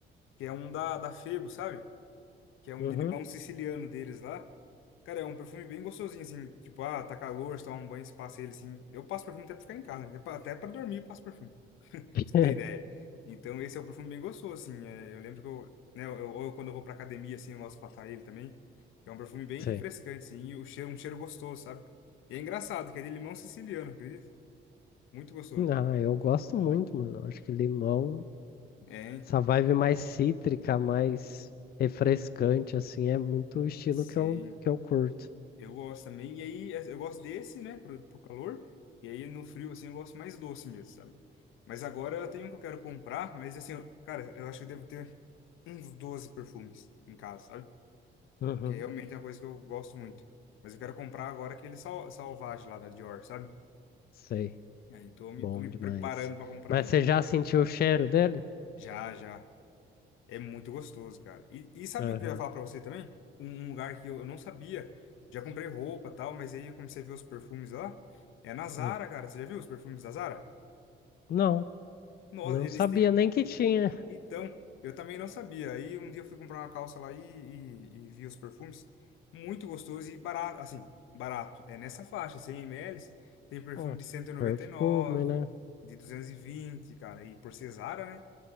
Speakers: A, on the left; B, on the left.
A: que é um da, da Febo, sabe? Que é um
B: Uhum.
A: de limão siciliano deles lá. Cara, é um perfume bem gostosinho, assim, tipo, ah, tá calor, você toma um banho, se passa ele, assim. Eu passo perfume até pra ficar em casa, né? Até pra, até pra dormir, eu passo perfume. Pra
B: <laughs>
A: você ter ideia. Então, esse é um perfume bem gostoso, assim. é, eu lembro que eu, né, eu, eu- quando eu vou pra academia, assim, eu gosto de passar ele também. que É um perfume bem
B: Sei.
A: refrescante, assim, e o cheiro, um cheiro gostoso, sabe? E é engraçado, que é de limão siciliano, acredita? Muito gostoso.
B: Ah, eu gosto muito, mano. Acho que limão,
A: É, então.
B: essa vibe mais cítrica, mais refrescante, assim, é muito o estilo
A: Sim,
B: que eu, que eu curto.
A: eu gosto também. E aí, é, eu gosto desse, né, pro, pro calor. E aí, no frio, assim, eu gosto mais doce mesmo, sabe? Mas agora eu tenho um que eu quero comprar, mas assim, eu- cara, eu acho que eu devo ter uns 12 perfumes em casa, sabe?
B: Uhum.
A: que realmente é uma coisa que eu gosto muito. Mas eu quero comprar agora aquele sal, salvage lá da Dior, sabe?
B: Sei,
A: Aí tô me,
B: bom
A: tô me
B: demais.
A: preparando para comprar
B: Mas
A: ele.
B: você já sentiu o cheiro dele?
A: Já, já. É muito gostoso, cara. E, e sabe
B: Aham.
A: o que eu ia falar pra você também? Um, um lugar que eu, eu não sabia. Já comprei roupa e tal, mas aí eu comecei a ver os perfumes lá. É na Zara,
B: Hum.
A: cara. Você já viu os perfumes da Zara?
B: Não,
A: Nossa,
B: não
A: eles
B: sabia
A: têm.
B: nem que tinha.
A: Então, eu também não sabia. Aí um dia eu fui comprar uma calça lá e, e, e vi os perfumes. Muito gostoso e barato. Assim, barato. É nessa faixa, 100 ml. Tem perfume
B: Ah,
A: de cento e e noventa
B: perfume,
A: e nove
B: né?
A: de 220 cara. E por Cesara, né?